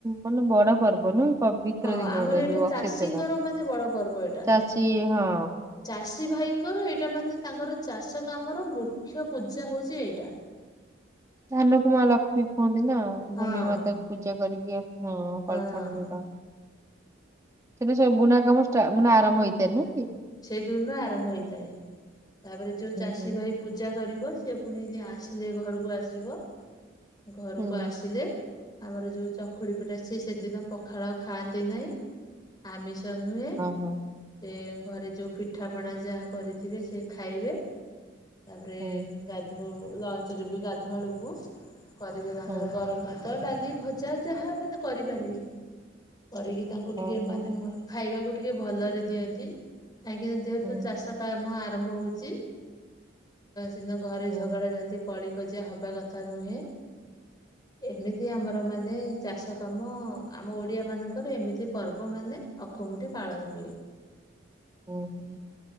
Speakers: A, on the right (about 15°); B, on the left (about 20°).
A: ମାନେ ବଡ ପର୍ବ ନୁଁ ପବିତ୍ର
B: ହଁ
A: ଦିନଟା
B: ଆମର ଏଇଟା
A: ଯୋଉ
B: ଚାଷୀଙ୍କର
A: ଅକ୍ଷତ ଟା,
B: ମାନେ ବଡ ପର୍ବ ଏଇଟା
A: ଚାଷୀ ହଁ
B: ଚାଷୀ ଭାଇଙ୍କର ଏଇଟା ମାନେ ତାଙ୍କର ଚାଷ କାମର ମୁଖ୍ୟ ହଉଛି ଏଇଟା।
A: ଧାନୁ କୁ ମାଲକ୍ଷ୍ମୀ କୁହନ୍ତି ନା
B: ହଁ
A: ଭୂମି ମାତାକୁ ପୂଜା କରିକି ହଁ ଫଳଥାନ
B: ହଁ
A: ଯା <unintelligible> ସେଟୁ ସବୁ ବୁନା କାମ, ମାନେ ଆରମ୍ଭ ହେଇଥାଏ ନୁ
B: ସେଇ ଦିନ ଆରମ୍ଭ ହେଇଥାଏ ତାପରେ ଯୋଉ ଚାଷୀ
A: ହୁଁ
B: ଭାଇ ପୂଜା କରିବ ସେ ପୁଣି ଯଦି ଆସିଲେ, ଘରକୁ ଆସିବ, ଘରକୁ
A: ହୁଁ
B: ଆସିଲେ ଆମର ଯୋଉ ଚକୁଡି ପିଠା ସ ସେଦିନ ପଖାଳ ଖାଆନ୍ତି ନାହିଁ, ଆମିଷ ନୁହେଁ
A: ହୁଁ ହଁ
B: ସେ ଘରେ ଯେଉଁ ପିଠାପଣା ଯାହା କରିଥିବେ, ସେ ଖାଇବେ ତାପରେ
A: ହଁ
B: ଗାଧୋଇ ଲଞ୍ଚରେ ବି ଗାଧୁଆଳକୁ କରିବେ ତାଙ୍କର
A: ହୁଁ
B: ଗରମ ଭାତ ଭାତ ଡାଲି ଭଜା ଯାହା ମାନେ କରିପାରିବେ କରିକି ତାଙ୍କୁ
A: ହୁଁ
B: ଟିକେ
A: ହଁ ହଁ
B: ମାନେ ଖାଇବାକୁ ଟିକେ ଭଲରେ ଦିଅନ୍ତି। କାହିଁକି ଯେହେତୁ
A: ହୁଁ
B: ଚାଷ କାମ ଆରମ୍ଭ ହଉଛି ଦିନ ଘରେ
A: ହୁଁ
B: ଝଗଡା ଝାନ୍ତି କଳିିକଜିଆ ହବା କଥା ନୁହେଁ।
A: <inaudible>
B: ଏମିତି ଆମର ମାନେ ଚାଷ କାମ, ଆମ ଓଡିଆ ମାନଙ୍କର ଏମିତି ପର୍ବ ମାନେ ଅ ଅଖୀମୁଠି ପାଳନ ହୁଏ।
A: ଓ ହୋ।